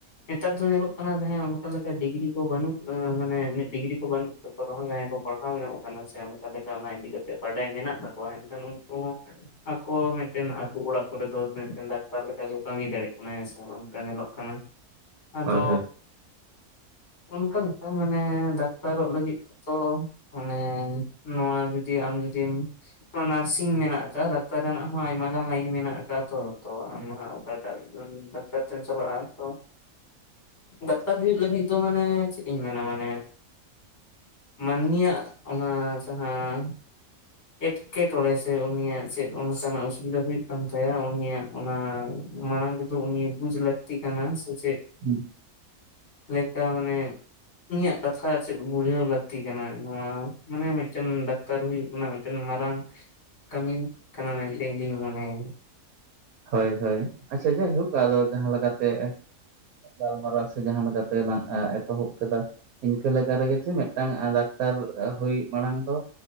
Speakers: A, on the left (about 50°); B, on the right (about 80°).
A: ᱱᱮᱛᱟᱨ ᱫᱚ ᱧᱮᱞᱚᱜ ᱠᱟᱱᱟ, ᱡᱟᱦᱟᱸᱭ ᱚᱱᱠᱟ ᱞᱮᱠᱟ ᱰᱤᱜᱽᱨᱤ ᱠᱚ ᱵᱟᱹᱱᱩᱜ ᱢᱟᱱᱮ ᱰᱤᱜᱽᱨᱤ ᱠᱚ ᱵᱟᱹᱱᱩᱜ ᱠᱚ ᱨᱮᱦᱚᱸ ᱡᱟᱦᱟᱸᱭ ᱠᱚ ᱯᱟᱲᱦᱟᱣ ᱧᱚᱜ ᱠᱟᱱᱟ ᱥᱮ ᱚᱱᱠᱟ ᱞᱮᱠᱟ, ᱚᱱᱟ ᱤᱫᱤ ᱠᱟᱛᱮᱫ ᱵᱟᱰᱟᱭ ᱢᱮᱱᱟᱜ ᱛᱟᱠᱚᱣᱟ ᱮᱱᱠᱷᱟᱱ ᱩᱱᱠᱩ ᱦᱚᱸ ᱟᱠᱚ <unintelligible> ᱢᱤᱫᱴᱮᱱ ᱟᱹᱛᱩ ᱚᱲᱟᱜ ᱠᱚᱨᱮ ᱫᱚ ᱢᱮᱫᱴᱮᱱ ᱰᱟᱠᱛᱟᱨ ᱞᱮᱠᱟ ᱠᱚ ᱠᱟᱹᱢᱤ ᱫᱟᱲᱮᱜ ᱠᱟᱱᱟ ᱦᱮᱸ ᱥᱮ ᱚᱱᱠᱟ ᱧᱮᱞᱚᱜ ᱠᱟᱱᱟ ᱟᱫᱚ
B: ᱦᱳᱭ ᱦᱳᱭ
A: ᱚᱱᱠᱟ ᱞᱮᱠᱟ ᱢᱟᱱᱮ ᱰᱟᱠᱛᱟᱨᱚᱜ ᱞᱟᱹᱜᱤᱫ ᱛᱚ ᱢᱟᱱᱮ ᱱᱚᱣᱟ ᱡᱩᱫᱤ ᱟᱢ ᱡᱩᱫᱤᱢ ᱱᱟᱨᱥᱤᱝ ᱢᱮᱱᱟᱜ ᱟᱠᱟᱜᱼᱟ ᱰᱟᱠᱴᱟᱨ ᱨᱮᱱᱟᱜ ᱦᱚᱸ ᱟᱭᱢᱟ ᱜᱟᱱ ᱞᱟᱭᱤᱱ ᱢᱮᱱᱟᱜ ᱟᱠᱟᱜᱼᱟ ᱛᱚ, ᱛᱚ ᱟᱢ ᱦᱟᱸᱜ ᱚᱠᱟᱴᱟᱜ ᱮᱢ ᱛᱮᱢ ᱪᱟᱞᱟᱜᱼᱟ, ᱛᱚ ᱫᱟᱠᱛᱟᱨ ᱦᱩᱭᱩᱜ ᱞᱟᱹᱜᱤᱫ ᱫᱚ ᱢᱟᱱᱮ ᱪᱮᱫ ᱤᱧ ᱢᱮᱱᱟ ᱢᱟᱱᱮ? ᱢᱟᱹᱱᱢᱤᱭᱟᱜ ᱚᱱᱟ ᱡᱟᱦᱟᱸ ᱮᱴᱠᱮᱴᱚᱲᱮ ᱥᱮ ᱩᱱᱤᱭᱟᱜ ᱪᱮᱫ ᱚᱱᱠᱟᱱᱟᱜ ᱚᱥᱩᱵᱤᱫᱟ ᱦᱩᱭᱩᱜ ᱠᱟᱱ ᱛᱟᱭᱟ? ᱩᱱᱤᱭᱟᱜ ᱚᱱᱟ ᱢᱟᱲᱟᱝ ᱨᱮ ᱫᱚ ᱩᱱᱤ ᱵᱩᱡᱽ ᱞᱟᱹᱠᱛᱤ ᱠᱟᱱᱟ ᱥᱮ ᱪᱮᱫ
B: ᱦᱩᱸ᱾
A: ᱞᱮᱠᱟ ᱢᱟᱱᱮ ᱩᱱᱤᱭᱟᱜ ᱠᱟᱛᱷᱟ ᱪᱮᱫ ᱵᱩᱡᱷᱟᱹᱣ ᱞᱟᱹᱠᱛᱤ ᱠᱟᱱᱟ, ᱱᱚᱣᱟ ᱢᱟᱱᱮ ᱢᱤᱫᱴᱮᱱ ᱰᱟᱠᱛᱟᱨ ᱦᱩᱭᱩᱜ ᱠᱟᱱᱟ ᱢᱤᱫᱴᱮᱱ ᱢᱟᱨᱟᱝ ᱠᱟᱹᱢᱤ ᱠᱟᱱᱟ ᱢᱮᱱᱛᱮ ᱤᱧᱫᱩᱧ ᱢᱚᱱᱮᱭᱟ
B: ᱦᱳᱭ ᱦᱳᱭ ᱟᱪᱪᱷᱟ ᱡᱟᱭᱦᱳᱠ ᱟᱫᱚ ᱡᱟᱦᱟᱸ ᱞᱮᱠᱟ ᱛᱮᱜᱼᱮ ᱜᱟᱞᱢᱟᱨᱟᱣ ᱥᱮ ᱡᱟᱦᱟᱸ ᱞᱮᱠᱟᱛᱮ ᱞᱟᱝ ᱟᱸ ᱮᱛᱚᱦᱚᱵ ᱠᱟᱫᱟ ᱤᱱᱠᱟᱹ ᱞᱮᱠᱟ ᱨᱮᱜᱮ ᱪᱮ ᱢᱤᱫᱴᱟᱝ ᱟᱸ ᱰᱟᱠᱛᱟᱨ ᱦᱩᱭ ᱢᱟᱲᱟᱝ ᱫᱚ